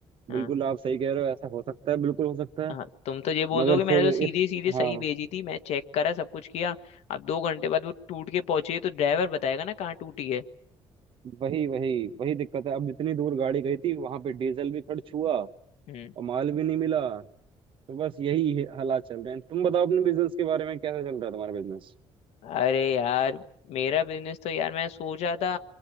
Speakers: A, on the left (about 85°); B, on the right (about 55°).
A: हाँ
B: बिल्कुल आप सही कह रहे हो ऐसा हो सकता है बिल्कुल हो सकता
A: हाँ
B: है
A: तुम तो ये बोल
B: मगर
A: दोगे मैंने
B: फिर
A: तो सीधी
B: इत,
A: सीधी सही
B: हाँ
A: भेजी थी मैं चेक करा सब कुछ किया अब दो घंटे बाद वो टूट के पहुंची है तो ड्राइवर बताएगा ना कहाँ टूटी
B: वही वही वही दिक्कत है अब इतनी दूर गाड़ी गई थी वहां पे डीजल भी खर्च हुआ
A: है
B: और माल भी नहीं मिला तो बस यही है- हालात चल रहे हैं तुम बताओ अपने बिजनेस के बारे में कैसा चल रहा है तुम्हारा बिजनेस
A: अरे यार मेरा बिजनेस तो यार मैं सोचा था